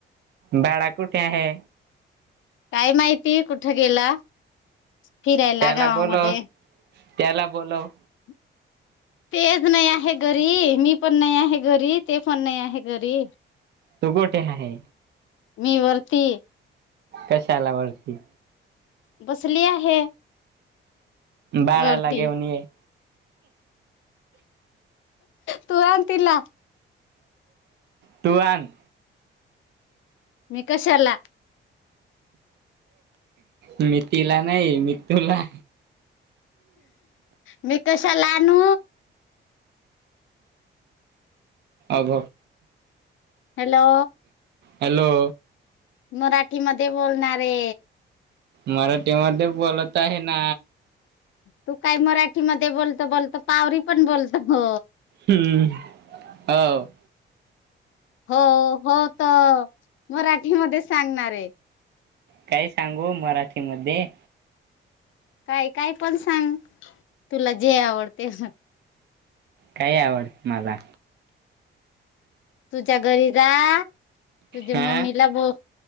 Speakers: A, on the right; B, on the left.
A: बाळा कुठे आहे?
B: काय माहिती कुठे गेला फिरायला
A: त्याला
B: गावामध्ये
A: बोलव त्याला बोलव!
B: <unintelligible> तेच नाही आहे घरी मी पण नाही आहे घरी ते पण नाही आहे घरी.
A: तू गोठे आहे?
B: मी वर्ती!
A: कशाला वरती?
B: बसली आहे.
A: बाळाला
B: वरती
A: घेऊन ये!
B: तू आणतीला
A: तु आण!
B: मि कशला?
A: मि तीला नाही मी तुला
B: मी कशाला आणू?
A: आग!
B: हॅलो!
A: हॅलो!
B: मराठी मधे बोलणारे!
A: मराठीमध्ये बोलत आहे ना
B: तू काय मराठी मधे बोलत बोलत पावरी पण बोलतो.
A: हम्म, हो.
B: हो हो तर मराठीमध्ये सांगणार आहे.
A: काय सांगू मराठी मध्ये?
B: काय काय पण सांग तुला जे आवडते ते
A: काय आवडते मला?
B: तुझ्या घरी राह तुझ्या
A: हा
B: मम्मीला बो